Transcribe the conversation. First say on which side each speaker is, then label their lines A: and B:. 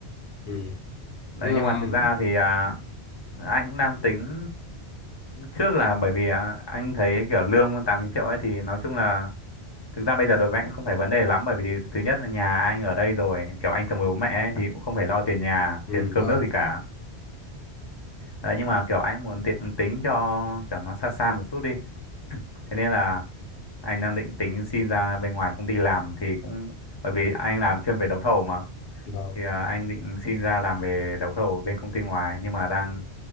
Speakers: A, on the left; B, on the left.
A: ừ
B: Đấy
A: nhưng
B: nhưng mà
A: mà,
B: thực ra thì à, anh cũng đang tính trước là bởi vì à, anh thấy kiểu lương 8 9 triệu ấy thì nói chung là thực ra bây giờ đối với anh cũng không phải vấn đề lắm bởi vì thứ nhất là nhà anh ở đây rồi kiểu anh chồng với bố mẹ ấy, thì cũng không phải lo tiền nhà
A: ừ
B: tiền cơm
A: vâng
B: nước gì cả Đấy, nhưng mà kiểu anh muốn tiện tính cho kiểu nó xa xa một chút đi. Thế nên là anh đang định tính xin ra bên ngoài công ty làm thì cũng bởi vì anh làm chuyên về đấu thầu mà
A: vâng
B: thì à, anh định xin ra làm về đấu thầu bên công ty ngoài nhưng mà đang